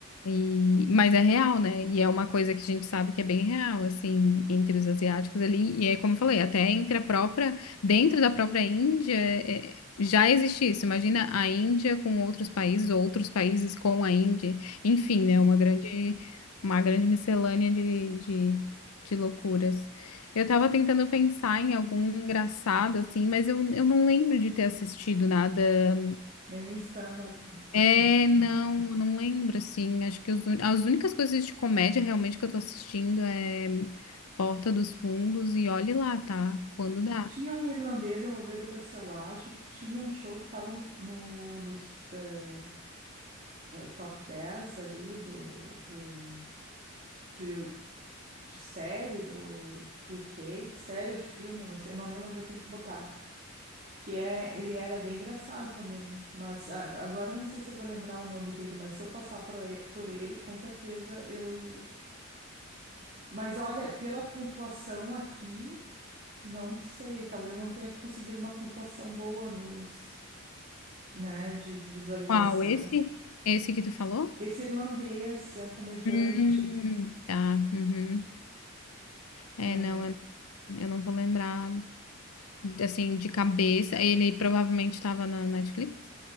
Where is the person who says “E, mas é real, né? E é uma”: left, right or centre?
Left